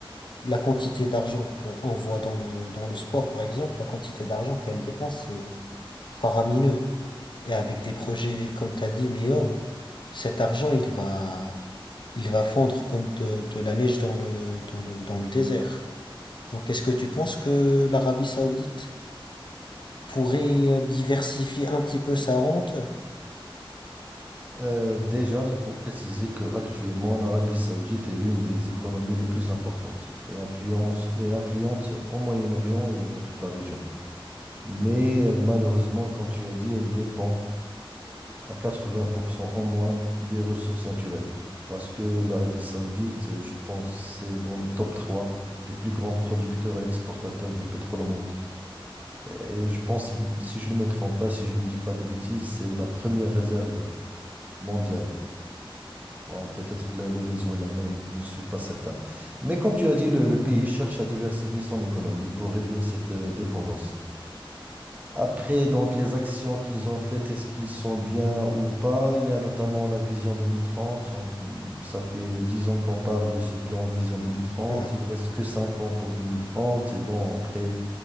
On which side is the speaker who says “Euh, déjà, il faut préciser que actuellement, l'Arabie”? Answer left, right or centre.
Right